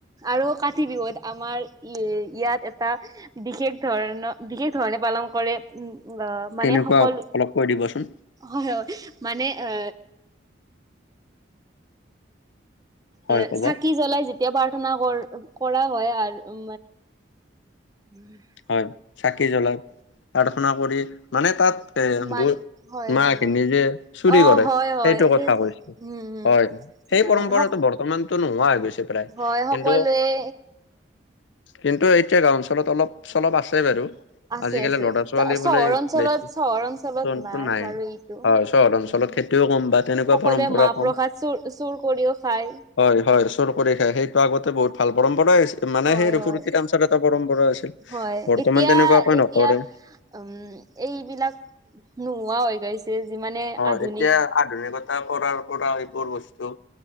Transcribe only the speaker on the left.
কেনেকুৱা
অলপ কৈ দিবচোন
হয়
ক'ব
হয়, চাকি জ্বলাই প্ৰাৰ্থনা কৰি মানে তাত এ
বুট-মাহখিনি
যে চুৰি
কৰে,
সেইটো কথা কৈছো।
হয়। সেই
পৰম্পৰাটো
বৰ্তমানতো নোহোৱা হৈ গৈছে। পেলাই।
কিন্তু কিন্তু এতিয়া গাওঁ অঞ্চলত অলপ চলপ আছে বাৰু।
আজিকালি
ল'ৰা-ছোৱালী
বোলে
বেছিটো
নাই।
হয়, চহৰ অঞ্চলত
খেতি কিয় ক'ম বা তেনেকুৱা
পৰম্পৰাও
কম।
হয় হয়। চোৰ কৰি খায়। সেইটো আগতে বহুত ভাল পৰম্পৰাই আছি মানে
সেই ৰঘুৰুথ
টামচাৰ এটা পৰম্পৰা আছিল।
বৰ্তমান
তেনেকুৱাকৈ
নকৰে
অ',
এতিয়া আধুনিকত তাৰ কৰাৰ পৰা এইবোৰ বস্তু